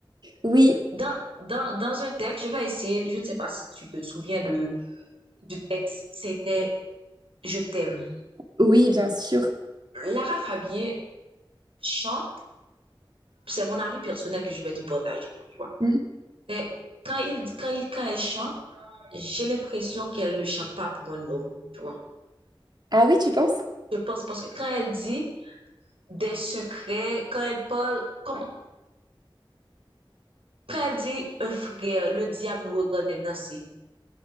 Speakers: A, on the right; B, on the right.
A: Oui,
B: Dans, dans, dans un texte, je vais essayer, je ne sais pas si tu te souviens de, du texte, c'était Je t'aime.
A: oui, bien sûr.
B: Lara Fabian chante, c'est mon avis personnel que je vais te partager. tu vois.
A: Mhm.
B: C'est quand il quand il quand elle chante, j'ai l'impression qu'elle ne chante pas pour un homme, tu vois.
A: Ah oui, tu penses?
B: Je pense parce que quand elle dit des secrets, quand elle parle, comme, quand elle dit un frère, le diable nous regarde danser.